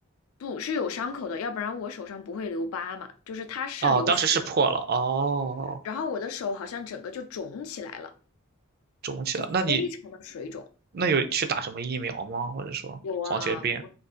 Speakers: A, on the left; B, on the right.
A: 不是有伤口的，要不然我手上不会留疤嘛。就是它是流血了，
B: 哦，当时是破了，哦，
A: 然后我的手好像整个就肿起来了，
B: 肿起来。
A: 就非常的水肿。
B: 那你那有去打什么疫苗吗？或者说狂犬病？
A: 有啊，